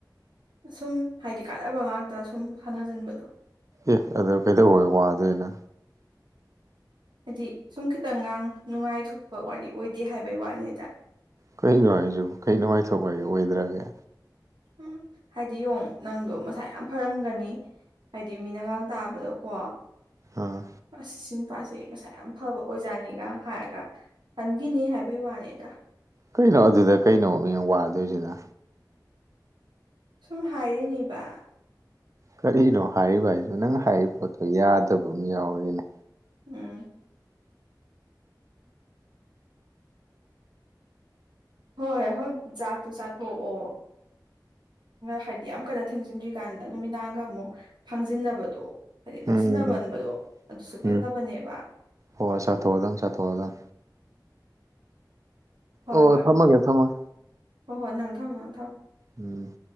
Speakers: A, on the right; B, on the right.
A: ꯁꯨꯝ ꯍꯥꯏꯗꯤ ꯀꯥꯟꯅꯕ ꯉꯥꯛꯇ ꯁꯨꯝ ꯁꯥꯟꯅꯖꯟꯕꯗꯣ
B: ꯑꯦ ꯑꯗꯨ ꯀꯩꯗꯧꯕꯩ ꯋꯥꯗꯣꯏꯅ
A: ꯍꯥꯏꯗꯤ ꯁꯨꯝ ꯈꯤꯇꯪꯒꯥꯡ ꯅꯨꯡꯉꯥꯏꯊꯣꯛꯄ ꯋꯥꯔꯤ ꯑꯣꯏꯗꯦ ꯍꯥꯏꯕꯩ ꯋꯥꯅꯤꯗ
B: ꯀꯩꯅꯣ ꯍꯥꯏꯁꯤꯕꯨ ꯀꯩ ꯅꯨꯡꯉꯥꯏꯊꯣꯛ ꯋꯥꯔꯤ ꯑꯣꯏꯗ꯭ꯔꯒꯦ
A: ꯎꯝ ꯍꯥꯏꯗꯤ ꯌ‌ꯣꯡ ꯅꯪꯗꯣ ꯃꯁꯥ ꯌꯥꯝ ꯐꯔꯝꯒꯅꯤ ꯍꯥꯏꯗꯤ ꯃꯤꯅꯒꯥꯡ ꯇꯥꯕꯗꯀꯣ
B: ꯑꯥ
A: ꯑꯁ ꯁꯤ ꯅꯨꯄꯥꯁ‌ꯦ ꯃꯁꯥ ꯌꯥꯝ ꯐꯕ ꯑꯣꯏꯖꯥꯠꯅꯤꯒ ꯍꯥꯏꯔꯒ ꯈꯟꯈꯤꯅꯤ ꯍꯥꯏꯕꯩ ꯋꯥꯅꯤꯗ
B: ꯀꯩꯅꯣ ꯑꯗꯨꯗ ꯀꯩꯅꯣ ꯃꯤꯡ ꯋꯥꯗꯣꯏꯁꯤꯅ
A: ꯁꯨꯝ ꯍꯥꯏꯔꯤꯅꯤꯕ
B: ꯀꯔꯤꯅꯣ ꯍꯥꯏꯔꯤꯕ ꯍꯥꯏꯁꯨ ꯅꯪ ꯍꯥꯏꯔꯤꯕ ꯄꯣꯠꯇꯣ ꯌꯥꯗꯕ ꯑꯃ ꯌꯥꯎꯔꯤꯅꯦ
A: ꯎꯡ ꯍꯣꯏ ꯍ ꯍꯣꯏ ꯆꯥꯛ ꯇꯨ ꯆꯥꯊ‌ꯣꯛꯑꯣ ꯍꯥꯏꯕꯗꯤ ꯌꯥꯝ ꯀꯟꯅ ꯊꯦꯡꯖꯤꯟꯗ꯭ꯔꯤꯀꯥꯟꯗ ꯅꯨꯃꯤꯗꯥꯡꯒ ꯑꯃꯨꯛ ꯐꯪꯖꯤꯟꯅꯕꯗꯣ ꯍꯥꯏꯗꯤ
B: ꯎꯝ
A: ꯅꯛꯁꯤꯟꯅꯃꯟꯕꯗꯣ
B: ꯎꯝ
A: ꯑꯗꯨꯁꯨ ꯐꯠꯇꯕꯅꯦꯕ
B: ꯎꯝ ꯍꯣꯏ ꯆꯠꯊꯣꯛꯑꯗꯝ ꯆꯠꯠꯇꯣꯛꯑꯗꯝ
A: ꯍꯣꯏ
B: ꯑꯣ
A: ꯍꯣꯏ
B: ꯊꯝꯃꯒꯦ ꯊꯝꯃꯒ
A: ꯍꯣꯏ ꯍꯣꯏ ꯅꯪ ꯊꯝꯃꯣ ꯅꯪ ꯊꯝꯃꯣ
B: ꯎꯝ